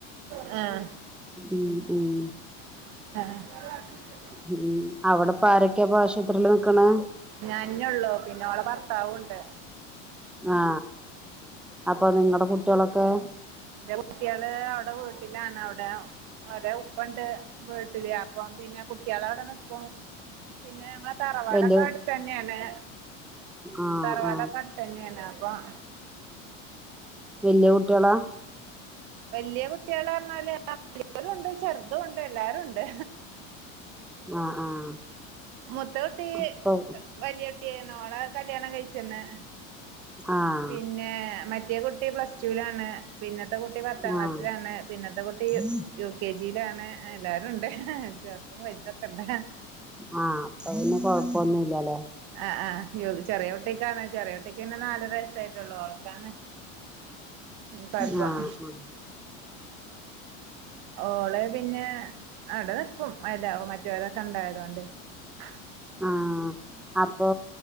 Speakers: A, on the right; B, in the centre.
A: <inaudible> ഏ
B: ഉം ഉം
A: <unintelligible>
B: ഉം. അവിടെപ്പ ആരൊക്കെയാ അപ്പൊ ആശുപത്രിയില് നിക്കണേ?
A: ഞാനേഉള്ളൂ. പിന്നെ ഓളുടെ ഭർത്താവും ഉണ്ട്.
B: ആ അപ്പൊ നിങ്ങളടെ കുട്ടികളൊക്കെ?
A: എന്റെ കുട്ടികള് അവിടെ വീട്ടിലാണ്. അവിടെ അവരെ ഉപ്പയുണ്ട്. വീട്ടില് അപ്പം പിന്നെ കുട്ടികളെ അവിടെ നിക്കും. പിന്നെ ഞങ്ങടെ തറവാടൊക്കെ
B: വല്യ
A: അടു തന്നെയാണ്
B: ആഹ്
A: തറവാടെക്കെ
B: ആഹ്
A: അടുത്തു തന്നെയാണ്. അപ്പൊ-
B: വല്യ കുട്ടികളാ?
A: വലിയ കുട്ടികള് പറഞ്ഞാല് വല്യരും ഉണ്ട് ചെറുതും ഉണ്ട് എല്ലാരു ഉണ്ട്.
B: ആഹ് ആഹ്
A: മുത്ത കുട്ടി
B: ഇപ്പൊ
A: വലിയ കുട്ടിയാണ്. ഓളെ കല്യാണം കഴിച്ചന്ന്.
B: ആഹ്
A: പിന്നെ മറ്റേ കുട്ടി പ്ലസ് ടു വിലാണ്. പിന്നത്തെ കുട്ടി പത്താം ക്ലാസ്സിലാണ്.
B: ആഹ്
A: പിന്നത്തെ കുട്ടി
B: <unintelligible>
A: യു കെ ജിയിലാണ് എല്ലാരും ഉണ്ട്. ചെറതും വലുതൊക്കെ ഉണ്ട്. ഹ
B: ആ അപ്പ പിന്നെ കൊഴപ്പൊന്നുമില്ലല്ലേ?
A: ആ ആ യ ചെറിയ കുട്ടിക്കാണ് ചെറിയ കുട്ടിക്ക് തന്നെ നാലര വയസായിട്ടുള്ളു ഓൾക്കാണ് കൊഴപ്പം
B: ആ ആഹ്
A: ഓള് പിന്നെ അവിടെ നിക്കും. മറ്റമറ്റ വരെക്കെ ഉണ്ടായതുകൊണ്ട്. <unintelligible>
B: ആഹ് അപ്പൊ